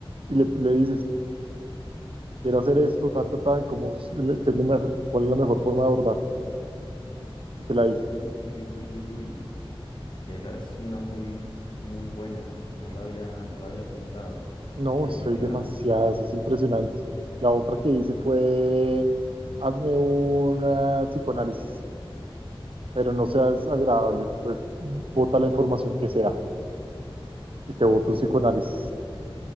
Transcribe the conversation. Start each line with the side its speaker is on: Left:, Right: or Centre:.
Right: le, le dices, quiero hacer esto, ta, ta, ta, ¿cómo, es- le- qué es lo mejor- cuál es la mejor forma de abordarlo? Y te la
Left: Uy,
Right: dice.
Left: uy, uy, uy, uy. Esa es una muy, muy buena. No la había, no la había pensado.
Right: No,
Left: Sí,
Right: eso
Left: sí,
Right: soy
Left: claro.
Right: demasiadas, es impresionante. La otra que hice fue, hazme un psicoanálisis, pero no seas agradable, pues bota la información que sea y te boto un psicoanálisis.